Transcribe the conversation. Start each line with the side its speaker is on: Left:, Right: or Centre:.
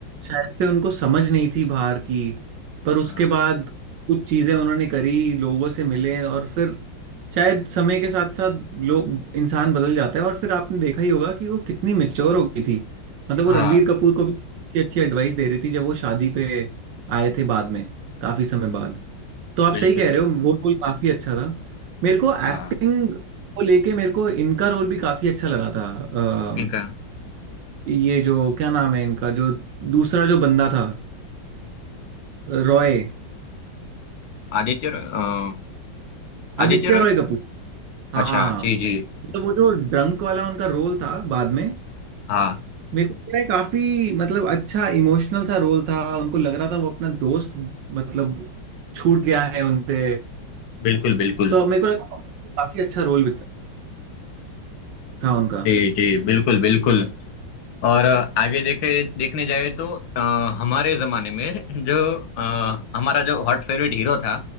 Right: शायद से उनको समझ नहीं थी बाहर की पर उसके
Left: हाँ
Right: बाद कुछ चीजें उन्होंने करी लोगों से मिले और फिर शायद समय के साथ साथ लोग इंसान बदल जाता है और फिर आपने देखा ही होगा कि वो कितनी मेच्योर हो गई थी मतलब
Left: हाँ
Right: वो रणबीर कपूर को भी अच्छी अच्छी एडवाइस दे रही थी जब वो शादी पे आए थे बाद में काफी समय बाद तो आप
Left: बिल्कुल
Right: सही कह
Left: बिल्कुल
Right: रहे हो वो रोल काफी अच्छा था मेरे को
Left: हाँ
Right: एक्टिंग को लेके मेरे को इनका रोल भी काफी अच्छा लगा था अम,
Left: किनका
Right: ये जो क्या नाम है इनका जो दूसरा जो बंदा था रॉय
Left: आदित्य रॉय अ,
Right: आदित्य
Left: आदित्य रॉय
Right: रॉय कपूर हाँ
Left: अच्छा जी
Right: मतलब
Left: जी
Right: वो जो ड्रंक वाला उनका रोल था बाद में
Left: हाँ
Right: मेरे को लग रहा है काफी मतलब अच्छा इमोशनल सा रोल था उनको लग रहा था वो अपना दोस्त मतलब छूट गया है उनसे
Left: बिल्कुल बिल्कुल
Right: तो मेरे को लगा काफी अच्छा रोल था उनका
Left: जी जी बिल्कुल बिल्कुल और अ, आगे देखे देखने जाए तो अ, हमारे जमाने में जो अ, हमारा जो हॉट फेवरेट हीरो था